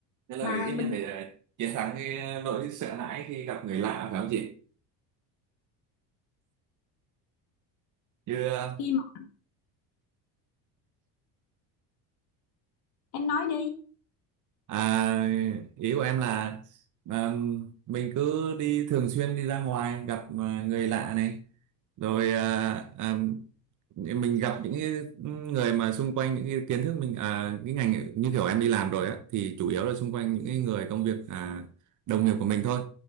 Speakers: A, on the right; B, on the left.
A: Thế là
B: mà
A: ít
B: mình
A: nhất phải ờ, chiến thắng cái nỗi sợ hãi khi gặp người lạ phải không chị? Như ờ,
B: khi mà em nói đi
A: à, ý của em là ờm, mình cứ đi thường xuyên đi ra ngoài gặp ờ, người lạ này, rồi ờ, ờm, mình gặp những cái người mà xung quanh những cái kiến thức mình à, cái ngành ấy, như kiểu em đi làm rồi á thì chủ yếu là xung quanh những cái người công việc à, đồng nghiệp của mình thôi